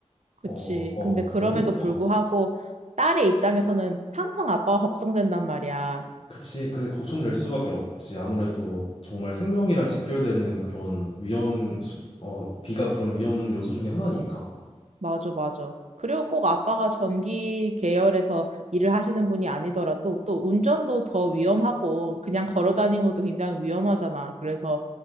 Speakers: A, on the right; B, on the left.
A: 그치.
B: 어, 어,
A: 근데 그럼에도
B: 그 현장,
A: 불구하고,
B: 어.
A: 딸의 입장에서는 항상 아빠가 걱정된단 말이야.
B: 그치, 그게 걱정될 수밖에 없지. 아무래도 정말 생명이랑 직결되는 그런 위험, 수, 어, 비가 그런 위험 요소 중에 하나니까.
A: 맞아, 맞아. 그리고 꼭 아빠가 전기 계열에서 일을 하시는 분이 아니더라도 또 운전도 더 위험하고 그냥 걸어 다니는 것도 굉장히 위험하잖아. 그래서